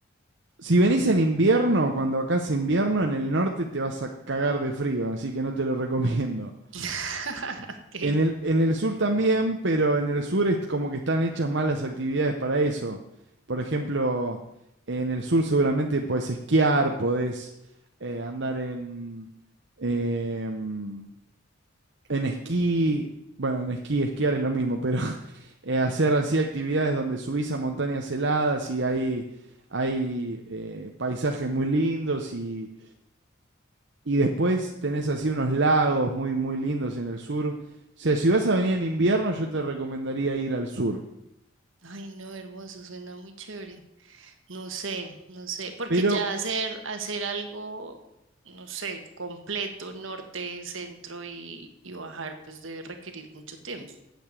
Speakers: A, on the right; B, on the right.
A: si venís en invierno, cuando acá hace invierno, en el norte te vas a cagar de frío, así que no te lo <laughs> recomiendo.
B: <laughs> Ok.
A: En el, en el sur también, pero en el sur es como que están hechas más las actividades para eso. Por ejemplo, en el sur seguramente podés esquiar, podés eh, andar en, em, en esquí. Bueno, en esquí, esquiar es lo mismo, pero <laughs> eh, hacer así actividades donde subís a montañas heladas y hay, hay eh, paisajes muy lindos y y después tenés así unos lagos muy, muy lindos en el sur. O sea, si vas a venir en invierno, yo te recomendaría ir al sur.
B: Ay, no, hermoso, suena muy chévere. No sé, no sé, porque
A: Pero,
B: ya hacer, hacer algo, no sé, completo, norte, centro y, y bajar, pues debe requerir mucho tiempo.